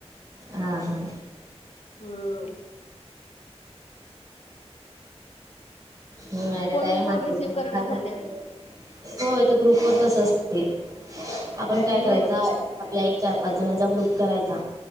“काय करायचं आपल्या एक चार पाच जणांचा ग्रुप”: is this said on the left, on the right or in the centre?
Right